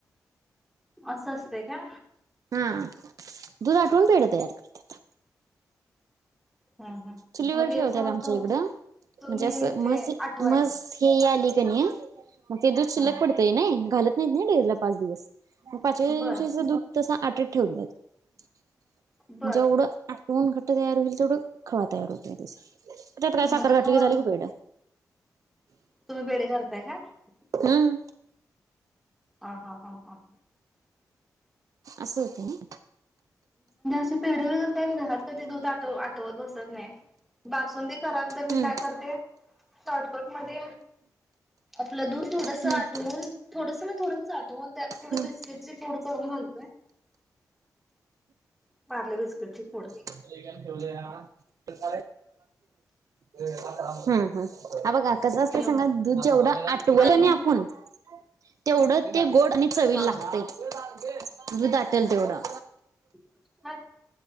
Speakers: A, in the centre; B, on the right.
A: असं असतंय का?
B: हा दूध आटवून पेड तयार कर.
A: हा हा
B: चुलीवर
A: मग
B: ठेवत्यात
A: ते असं होतं
B: आमच्या इकड म्हणजे
A: तुम्ही
B: अस
A: ते
B: मस
A: आठवायला.
B: मसी ही आली <unintelligible> मग ते दूध शिल्लक
A: हा
B: पडतय नी घाल <unintelligible> डेवलप पाच दिवस पाचवी दिवशीची
A: बर
B: दुध आटत ठेवलेल
A: बर
B: जेवढ आटवू घट्ट तयार व्हील तेवढ खवा तयार होतय त्याच त्यात काय
A: मग
B: साखर
A: तो
B: घातली
A: खवा
B: की झाल की पेढ.
A: तुम्ही <unintelligible>
B: हम्म
A: हा हा हा हा.
B: अस होतय
A: ते पेढे वगैरे काय मी काय घरात कधी दूध आटव आटवत बसत नाही बासुंदी कराल तर
B: हम्म
A: मी काय करते शॉटकट मध्ये आपलं दूध थोडस
B: हम्म
A: आटवून थोडस थोडसं चाल हो त्यात थोडं
B: हम्म.
A: बिस्किटची पुड करून घाल पार्ले बिस्किटची पुड
B: <unintelligible> ठेवल्या <unintelligible> हम्म हम्म हा बघा कसं असत
A: हॅलो
B: सांगा दूध जेवढं आटवलं
A: आणि
B: कनी आपून तेवढं ते गोड आणि चवीला
A: हा
B: लागतय दुध आटल तेवढं
A: <unintelligible>